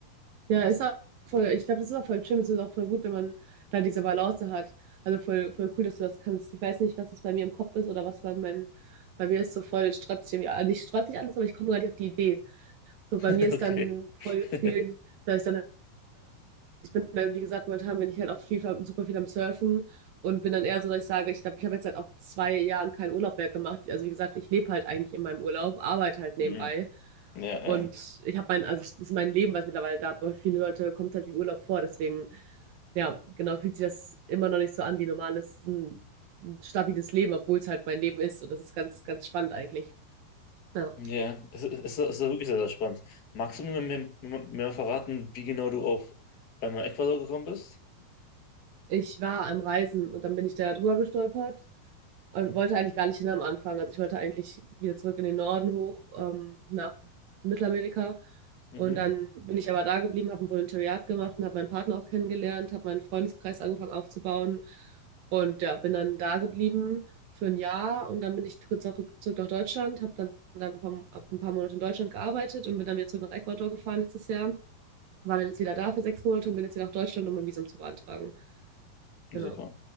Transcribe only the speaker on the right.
Ja, ist auch voll, ich glaube, das ist auch voll schön, Das ist auch voll gut, wenn man da diese Balance hat. Also voll, voll cool, dass du das kannst. Ich weiß nicht, was das bei mir im Kopf ist oder was bei meinem, bei mir ist so voll strapaziert, irgendwie- nicht strapaziert alles, aber ich komme gar nicht auf die Idee. So,
bei mir ist
dann voll
viel, da ist dann ich bin, dann, wie gesagt, momentan bin ich halt auch viel, super viel am Surfen und bin dann eher so, dass ich sage, ich glaube, ich habe jetzt halt auch zwei Jahren keinen Urlaub mehr gemacht. Also wie gesagt, ich lebe halt eigentlich in meinem Urlaub, arbeite halt
nebenbei.
Und
ich habe mein, also das ist mein Leben, was mittlerweile da, aber für viele Leute kommt es halt wie Urlaub vor. Deswegen, ja, genau, fühlt sich das immer noch nicht so an wie normales, ein, ein stabiles Leben, obwohl es halt mein Leben ist. Und das ist ganz, ganz spannend eigentlich. Ja.
Ich war am Reisen und dann bin ich da drüber gestolpert und wollte eigentlich gar nicht hin am Anfang. Also ich wollte eigentlich wieder zurück in den Norden hoch, ähm, nach Mittelamerika.
Und dann bin ich aber da geblieben, habe ein Volontariat gemacht und habe meinen Partner auch kennengelernt, habe meinen Freundeskreis angefangen aufzubauen und ja, bin dann da geblieben für ein Jahr und dann bin ich kurz auch zurück nach Deutschland, habe dann, dann ein paar, hab ein paar Monate in Deutschland gearbeitet und bin dann wieder zurück nach Ecuador gefahren letztes Jahr, war dann jetzt wieder da für sechs Monate und bin jetzt wieder nach Deutschland, um mein Visum zu beantragen.
Genau.